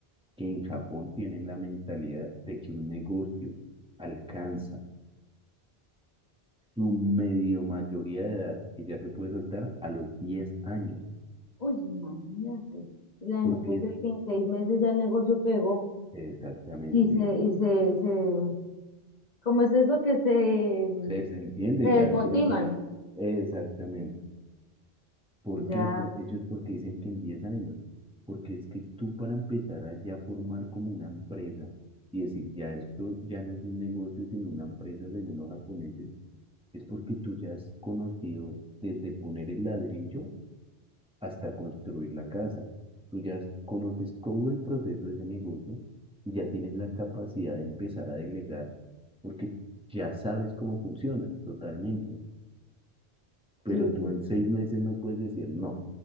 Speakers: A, in the centre; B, on the left.
A: que en Japón tienen la mentalidad de que un negocio alcanza su medio mayoría de edad, que ya se puede soltar a los 10 años,
B: Uy, imagínate. Y la
A: porque
B: gente cree que en seis meses ya el negocio pegó.
A: exactamente,
B: Y se, y se, se, ¿cómo es eso que se, mm,
A: se, se entienden,
B: se desmotivan?
A: ya quieren, po- exactamente. ¿Por
B: Ya
A: qué? Por, ellos porque dicen que en 10 años, porque es que tú para empezar a ya formar como una empresa y decir, ya esto ya no es un negocio, sino una empresa según los japoneses, es porque tú ya has conocido desde poner el ladrillo hasta construir la casa. Tú ya conoces todo el proceso de ese negocio y ya tienes la capacidad de empezar a delegar porque ya sabes cómo funciona totalmente. Pero
B: Sí,
A: tú
B: sí,
A: en seis
B: sí,
A: meses no puedes decir, no,